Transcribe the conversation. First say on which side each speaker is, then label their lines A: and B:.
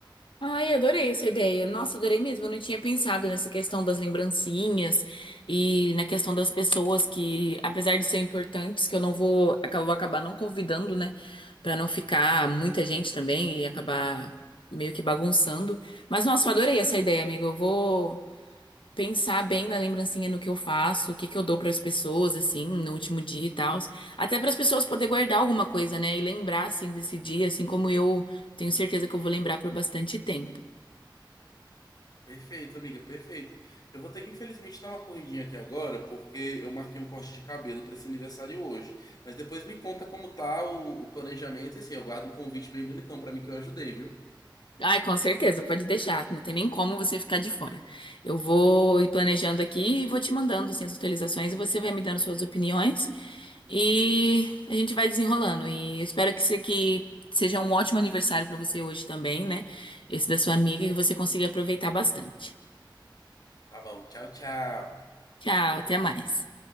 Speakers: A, on the left (about 80°); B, on the left (about 50°).
A: Ai, adorei essa ideia. Nossa, adorei mesmo. Eu não tinha pensado nessa questão das lembrancinhas e na questão das pessoas que, apesar de ser importantes, que eu não vou, acabo- vou acabar não convidando, né? Pra não ficar muita gente também e acabar meio que bagunçando. Mas, nossa, eu adorei essa ideia, amiga. Eu vou pensar bem na lembrancinha, no que eu faço, o que que eu dou pras pessoas, assim, no último dia e tal. Até para as pessoas poderem guardar alguma coisa, né? E lembrar, assim, desse dia, assim como eu tenho certeza que eu vou lembrar por bastante tempo.
B: Perfeito, amiga, perfeito. Eu vou ter que, infelizmente, dar uma corridinha aqui agora, porque eu marquei um corte de cabelo para esse aniversário hoje. Mas depois me conta como tá o, o planejamento, e assim, eu guardo o convite bem bonitão para mim que eu ajudei, viu?
A: Ai, com certeza, pode deixar. Não tem nem como você ficar de fora. Eu vou ir planejando aqui e vou te mandando assim, as atualizações e você vai me dando suas opiniões e a gente vai desenrolando. E eu espero que, se- que seja um ótimo aniversário para você hoje também, né? Esse da sua amiga, que você consiga aproveitar bastante.
B: Tá bom, tchau, tchau.
A: Tchau, até mais.